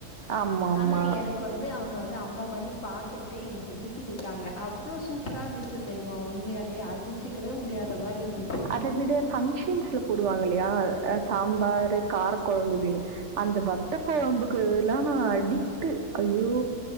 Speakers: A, on the right; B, on the left.
A: ஆமாமா.
B: ஆனா எனக்கு வந்து அவுங்க வந்து அம்மா மாரி பாத்துக்கிட்டு எனக்கு ஊட்டி விட்டாங்க அவ்ளோ சூப்பரா இருந்துச்சு தெரியுமா உண்மையாலேயே அடிச்சுக்கவே முடியாத மாரி இருந்துச்சு
A: அத விட பங்க்ஷன்ஸ்ல போடுவாங்க இல்லியா சாம்பாரு கார கொழம்பு அப்டின்னு அந்த வத்த கொழம்புக்குல்லா நா அடிக்ட் ஐயோ